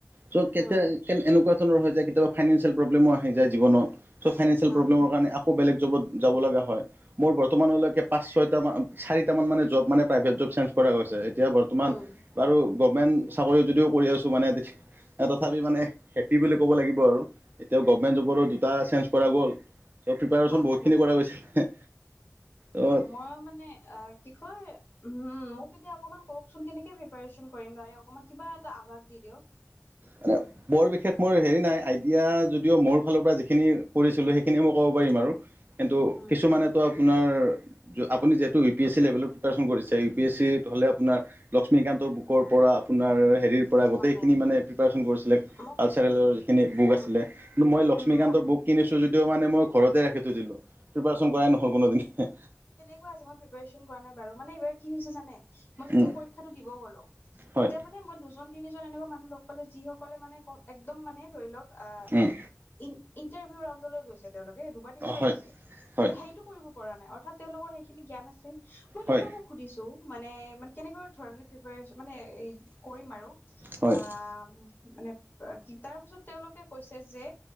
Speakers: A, on the right; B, on the left.
A: চ' কেতিয়া
B: উম
A: কেন এনেকুৱা ধৰণৰ হৈ যায়, কেতিয়াবা ফাইনেঞ্চিয়েল প্ৰব্লেমো আহি যায় জীৱনত। চ' ফাইনেন্সিয়েল প্ৰব্লেমৰ
B: উম
A: কাৰণে আকৌ বেলেগ জবত যাব লগা হয়। মোৰ বৰ্তমানলৈকে পাঁচ ছয়টা মা, চাৰিটামান মানে জব মানে প্ৰাইভেট জব চেঞ্জ কৰা গৈছে। এতিয়া বৰ্তমান
B: উম
A: বাৰু গভমেন্ট চাকৰি যদিও কৰি আছোঁ মানে তথাপি মানে হেপ্পী বুলি ক'ব লাগিব আৰু। এতিয়া গভমেণ্ট জবৰো দুটা চেঞ্জ কৰা গ'ল। ত' প্ৰিপাৰেচন
B: ভালে
A: বহুতখিনি
B: ভালে।
A: কৰা গৈছিলে। ত'
B: হ মানে আ, কি কয় উম, মোক এতিয়া অকমান কওকচোন কেনেকে প্ৰিপাৰেচন কৰিম তাৰে অকমান কিবা এটা আভাস দি দিয়ক।
A: মানে বৰ বিশেষ মোৰ হেৰি নাই, আইডিয়া যদিও মোৰ ফালৰপৰা যিখিনি কৰিছিলোঁ সেইখিনিয়ে মই ক'ব পাৰিম আৰু। কিন্তু
B: উম।
A: কিছুমানেতো আপোনাৰ আপুনি যিহেতু ইউ পি এছ চি লেভেলত প্ৰিপাৰেচন কৰিছে, ইউ পি এছ চি হ'লে আপোনাৰ লক্ষ্মীকান্তৰ বুকৰপৰা আপোনাৰ হেৰিৰ পৰা গোটেইখিনি
B: হয় হয়।
A: মানে প্ৰিপাৰেচন কৰিছিলে,
B: মোক
A: কালচাৰেলৰ যিখিনি বুক আছিলে
B: উ
A: কিন্তু মই লক্ষ্মীকান্তৰ
B: উম
A: বুক কিনিছো যদিও মানে মই ঘৰতে ৰাখি থৈ দিলোঁ, প্ৰিপাৰেচন কৰাই নহ'ল কোনোদিনে।
B: এনেকোৱা হৈছে, মই প্ৰিপাৰেচন কৰা নাই বাৰু মানে এইবাৰ কি হৈছে জানে, মই যেতিয়া
A: উম,
B: পৰীক্ষাটো দিব গ'লো
A: হয়
B: তেতিয়া মানে মই দুজন, তিনিজন এনেকুৱা মানুহ লগ পালো, যিসকলে মানে ক একদম মানে ধৰি লওক আহ
A: উম,
B: ই ইণ্টাৰভিউ ৰাউণ্ডলৈ গৈছে, তেওঁলোকে দুবাৰ, তিনিবাৰ
A: হয়
B: গৈছে।
A: হয়
B: কিন্তু, সেইটো কৰিব পৰা নাই অৰ্থাৎ তেওঁলোকৰ সেইখিনি জ্ঞান আছে। মই তেওঁলোকক
A: হয়
B: সুধিছো, মানে, মানে কেনেকোৱা ধৰনে প্ৰিপাৰেচন মানে কৰিম আৰু।
A: হয়
B: আহ মানে কি, তাৰপিছত তেওঁলোকে কৈছে যে